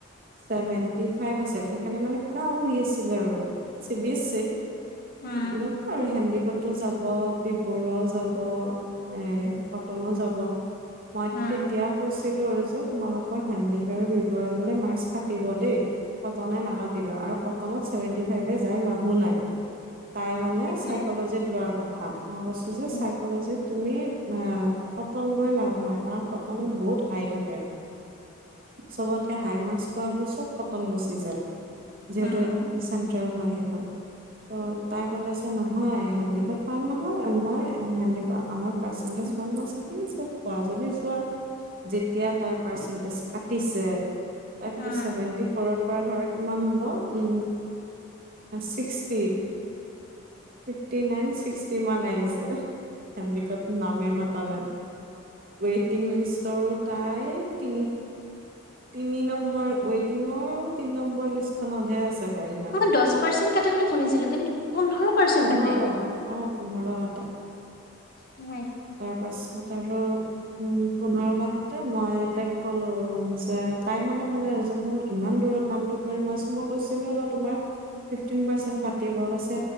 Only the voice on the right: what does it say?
চেভেন্টি ফাইভ আছিল সেইকাৰণে মানে পুৰা উৰি আছিল আৰু চি বি এছচি
ল'ব আৰু হেণ্ডিকতো যাব বি বৰুৱাও যাব। এ কটনো যাব মই
তেতিয়া কৈছো আছিলো আৰু যে তোমালোকৰ হেণ্ডীক আৰু বি বৰুৱাত গ'লে মাৰ্ক্স কাটিব দেই কটনে নাকাটিলে আৰু কটনত চেভেনটি ফাইফ যাই লাভো নাই।
তাই মানে
চাইকলজিত লোৱাৰ কথা মই কৈছো যে
চাইকজিত তুমি এৱ কটন গৈ লাভ নাই কাৰণ কটনত বহুত হাই থাকে, চবত চবতকে হাই মাৰ্ক্স পোৱা বোৰ চব কটন গুচি যায়, যিহেতু
সেয়া চেণ্ট্ৰেল হয় সেইখন ত', তাই ক'লে নহয় হেণ্ডীকত পাম নহয় মই হেণ্ডীকত আমাৰ পাৰ্চেন্টিজ ভাল মাৰ্ক্স পোৱা যদি চোৱা যেতিয়া তাইৰ পাৰ্চেন্টিজ পাৰ্চেন্টিজ কাটিছে, তাইৰ
তো চেভেনটি ফৰৰ পৰা ধৰা কিমান হ'ব উ ছিক্সটি ফিফটি নাইন, ছিক্সটি মান আহিছে। হেণ্ডিকত নামেই মাতা নাই, ৱেইটিং লিষ্টৰো তাই তি তিনি নম্বৰ ৱেটিঙৰ তিনি নম্বৰ লিষ্ট খতহে আছে
তাইৰ নাম
পোন্ধৰ
অ পোন্ধৰ কাটে
তাৰ পাছত আৰুক উম পোন্ধৰ কটোতে মই তাইক কলো যে তাই মানে কলে যে মোৰ ইমান দূৰত নামটো পৰিম মইছ মই কৈছিলো ন তোমাক ফিফটি পাৰ্চেন্ট কাতিব গৈছে